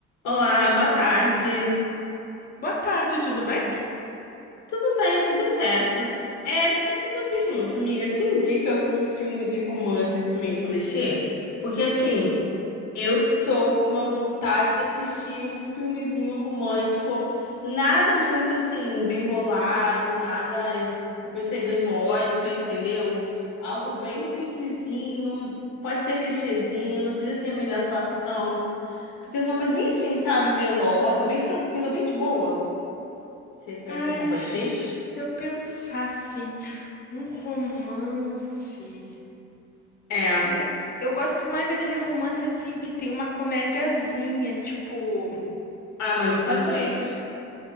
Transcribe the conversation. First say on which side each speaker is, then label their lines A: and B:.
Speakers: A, on the left (about 75°); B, on the left (about 30°).
A: Olá, boa tarde.
B: Boa tarde, tudo bem?
A: Tudo bem, tudo certo. É, deixa eu te fazer uma pergunta, amiga. Você indica algum filme de romance assim meio clichê? Porque assim, eu tô com uma vontade de assistir um filmezinho romântico, nada muito assim bem bolado, nada depois você ganha um Oscar, entendeu? Algo bem simplesinho, pode ser clichêzinho, não precisa ter a melhor atuação. Tô querendo uma coisa bem assim, sabe? Melosa, bem tranquila, bem de boa. Você conhece
B: Ai,
A: alguma coisa
B: se
A: assim?
B: eu pensar assim, um romance.
A: É.
B: É que eu eu gosto mais daquele romance assim que tem uma comédiazinha, tipo,
A: Ah, mas me faltam esses.